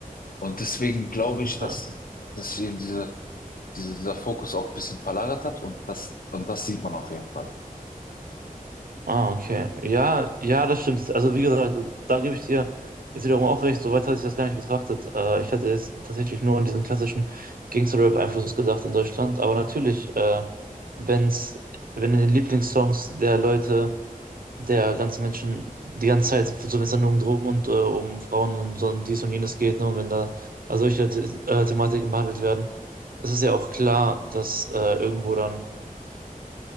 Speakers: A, on the left; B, on the right.
A: Und deswegen glaube
B: Ja.
A: ich, dass, dass ich eben diese diese, dieser Fokus auch ein bisschen verlagert hat und das, und das sieht man auf jeden Fall.
B: Ah, okay. Ja, ja, das stimmt. Also wie gesagt, da gebe ich dir jetzt wiederum auch recht, soweit hatte ich das gar nicht betrachtet. Äh, ich hatte jetzt tatsächlich nur an diesen klassischen Gangster-Rap-Einfluss gedacht in Deutschland. Aber natürlich, äh, wenn's, wenn in den Lieblingssongs der Leute, der ganzen Menschen die ganze Zeit, so wenn es dann nur um Drogen und äh, um Frauen und so und dies und jenes geht, ne, und wenn da also solche The äh, Thematiken behandelt werden, ist es ja auch klar, dass äh, irgendwo dann